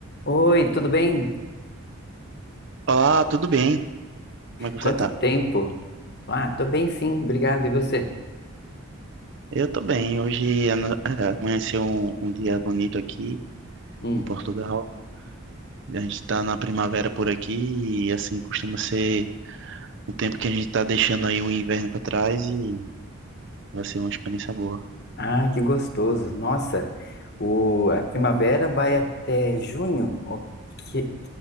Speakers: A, on the left; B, on the right.
A: Oi, tudo bem?
B: Olá, tudo bem? Como é que
A: Quanto
B: você tá?
A: tempo? Ah, tô bem sim, obrigado. E você?
B: Eu tô bem. Hoje ano- é, amanheceu um, um dia bonito aqui
A: Hum.
B: em Portugal. A gente tá na primavera por aqui e assim costuma ser um tempo que a gente tá deixando aí o inverno pra trás e vai ser uma experiência boa.
A: Ah, que gostoso. Nossa, o, a primavera vai até junho? O que-